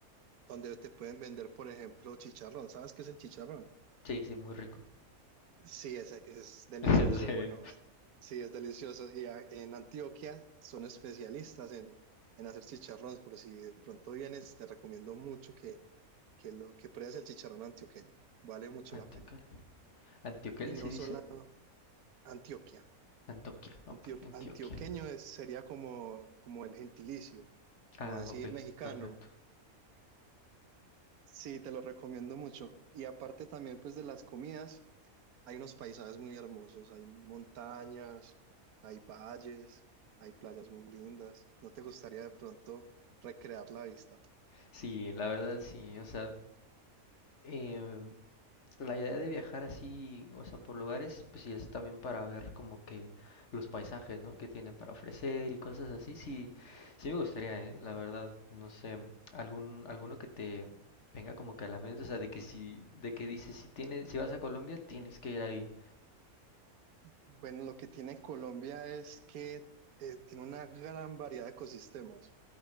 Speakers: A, on the right; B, on the left.
A: donde te pueden vender, por ejemplo, chicharrón. ¿Sabes qué es el chicharrón?
B: sí, sí, muy rico.
A: Sí, ese que es delicioso.
B: <laughs> Sí.
A: Bueno, eh, sí, es delicioso. Y a- en Antioquia son especialistas en, en hacer chicharrones. Por si de pronto vienes, te recomiendo mucho que, que, lo, que pruebes el chicharrón antioqueño. Vale mucho
B: Antioquel.
A: la pena.
B: ¿Antioquel
A: Y no
B: se dice?
A: solo Antioquia.
B: Antoquia, ok,
A: Antio-
B: Antioquia.
A: antioqueño es, sería como, como el gentilicio,
B: Ah,
A: como decir
B: ok,
A: mexicano.
B: perfecto.
A: Sí, te lo recomiendo mucho. Y aparte también pues de las comidas. Hay unos paisajes muy hermosos, hay montañas, hay valles, hay playas muy lindas. ¿No te gustaría de pronto recrear la vista?
B: Sí, la verdad sí, o sea, em, la idea de viajar así, o sea, por lugares, pues sí es también para ver como que los paisajes, ¿no? Que tienen para ofrecer y cosas así, sí, sí me gustaría, ¿eh? La verdad, no sé, algún, alguno que te venga como que a la mente, o sea, de que si, de que dices, si tienes, si vas a Colombia, tienes que ir ahí.
A: Bueno, lo que tiene Colombia es que eh, tiene una gran variedad de ecosistemas.